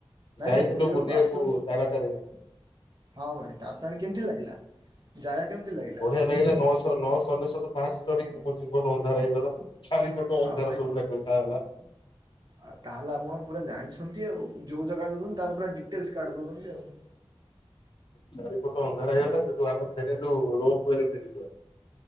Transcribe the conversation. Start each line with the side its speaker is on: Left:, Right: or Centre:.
Right: ନାଇଁ
Left: ଯାଇଥିଲୁ
Right: ନାଇଁ
Left: ବୁଲିବାକୁ
Right: ଆସୁଛନ୍ତି
Left: ତାରା ତାରିଣୀ।
Right: ହଁ ଭାଇ ତାର୍ ତାରିଣୀ କେମିତି ଲାଗିଲା? ଯାଗା କେମିତି ଲାଗେ?
Left: ବଢିଆ ଲାଗିଲା ନଅଶହ ନଅଶହ ଅନେଶୋତ ପାହାଚ ଚଢିକି ମୋ ଜୀବନ ଅନ୍ଧାର ହେଇଗଲା। ଛାରି ପଟ ଅନ୍ଧାର
Right: ଆଉ
Left: ସବୁ ଲ ଦେଖା ଗଲା।
Right: ଆଉ ତାହେଲେ ଆପଣ ପୁରା ଜାଣିସନ୍ତି ଆଉ ଯୋଉ ଯାଗା ଯାଉଛନ୍ତି ତାର ପୁରା ଡିଟେଲ୍ସ କାଢ଼ି ଦଉଚନ୍ତି ଆଉ। ହ <inaudible>
Left: ଚାରିପଟ ଅନ୍ଧାର ହେଇଗଲା ସେଠୁ ଆମେ ଫେରିଲୁ ରୋପ୍ ରେ <inaudible> ଫେରିଲୁ।